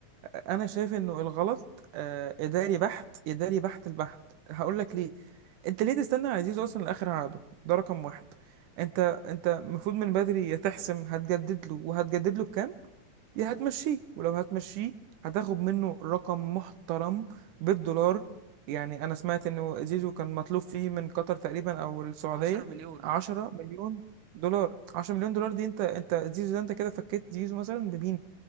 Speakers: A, on the right; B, on the right.
A: انا شايف انه الغلط آه، اداري بحت اداري بحت البحت هقول لك ليه انت ليه تستنى عزيز اصلا لاخر عقده ده رقم واحد انت انت المفروض من بدري يا تحسم هتجدد له وهتجدد له بكام يا هتمشيه ولو هتمشيه هتاخد منه رقم محترم بالدولار يعني انا سمعت انه زيزو كان مطلوب فيه من قطر تقريبا او السعودية
B: عشرة مليون
A: 10
B: اه
A: مليون دولار 10 مليون دولار دي انت انت زيزو ده انت كده فكيت زيزو مثلا بمين